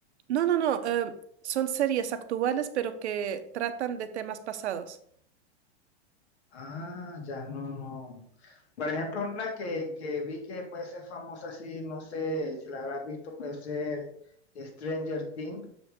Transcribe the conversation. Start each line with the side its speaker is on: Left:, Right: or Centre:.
Right: No, no, no, eh, son series actuales pero que tratan de temas pasados.
Left: Ah, ya no, no. Por ejemplo, una que, que vi que puede ser famosa así, no sé si la habrás visto, puede ser Stranger Things,